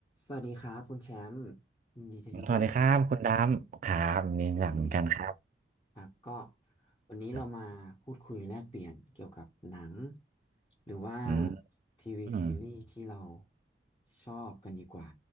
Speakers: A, on the left; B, on the right.
A: สวัสดีครับคุณแชมป์ยินดีที่รู้จักนะครับ
B: สวัสดีครับคุณดามครับนี่อยากเหมือนกันครับ
A: โอเคครับก็วันนี้เรามาพูดคุยแลกเปลี่ยนเกี่ยวกับหนัง
B: ครับ
A: หรือว่า
B: อืม
A: ทีวีซีรีส์ที่เรา
B: อืม
A: ชอบกันดีกว่า